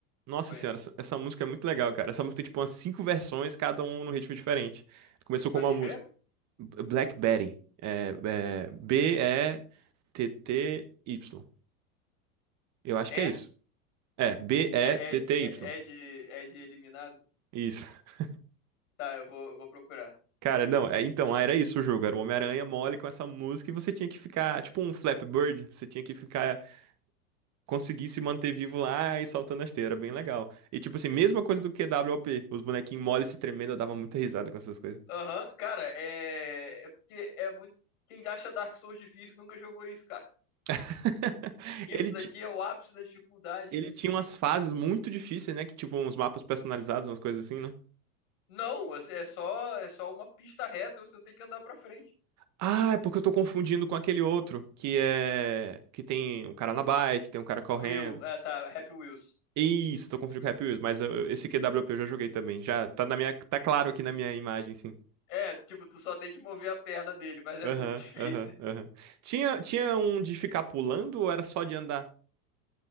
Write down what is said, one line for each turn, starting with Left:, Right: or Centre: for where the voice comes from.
Right: Nossa
Left: conheço.
Right: senhora, essa, essa música é muito legal, cara. Essa música tem tipo umas cinco versões, cada um num ritmo diferente. Começou
Left: Como
Right: com
Left: é
Right: uma
Left: que escreve?
Right: música Black Betty, é, é, B E T T Y. Eu acho
Left: É,
Right: que é isso. É, B E
Left: é,
Right: T
Left: é,
Right: T
Left: é,
Right: Y.
Left: é de, é de eliminado?
Right: Isso. <laughs>
Left: Tá, eu vou, eu vou procurar.
Right: Cara, não, é, então, ah, era isso o jogo, era o Homem-Aranha mole com essa música e você tinha que ficar, tipo um Flappy Bird, você tinha que ficar conseguir se manter vivo lá e soltando a esteira, era bem legal. E tipo assim, mesma coisa do QWOP, os bonequinhos moles se tremendo, eu dava muita risada com essas coisas.
Left: Aham, cara, é. É porque é muito. Quem acha Dark Souls difícil nunca jogou isso, cara.
Right: <laughs>
Left: Isso
Right: Ele,
Left: daqui
Right: ti-
Left: é o ápice da dificuldade.
Right: ele tinha umas fases muito difíceis, né? Que tipo uns mapas personalizados, umas coisas assim, né?
Left: Não, você- é só, é só uma pista reta, você tem que andar pra frente.
Right: Ah, é porque eu tô confundindo com aquele outro, que é. Que tem um cara na bike, tem um cara correndo.
Left: Will, é, tá, Happy Wheels.
Right: Isso, tô confundindo com o Happy Wheels, mas eu- eu- esse QWP eu já joguei também. Já tá na minha. Tá claro aqui na minha imagem, sim.
Left: É, tipo, tu só tem que mover a perna dele, mas é
Right: Aham,
Left: muito <laughs> difícil.
Right: aham, aham. Tinha, tinha um de ficar pulando ou era só de andar?